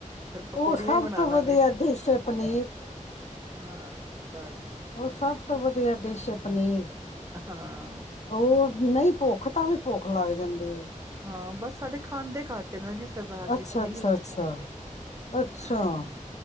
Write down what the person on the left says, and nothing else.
ਉਹ ਸਭ
ਤੋਂ
ਵਧੀਆ ਡਿਸ਼ ਹੈ ਪਨੀਰ।
ਉਹ ਸਭ ਸਭ ਤੋਂ ਵਧੀਆ ਡਿਸ਼ ਹੈ ਪਨੀਰ।
ਉਹ ਨਹੀਂ ਭੁੱਖ ਤਾਂ ਵੀ ਭੁੱਖ ਲੱਗ ਜਾਂਦੀ ਹੈ।
ਅੱਛਾ
ਅੱਛਾ
ਅੱਛਾ
ਅੱਛਾ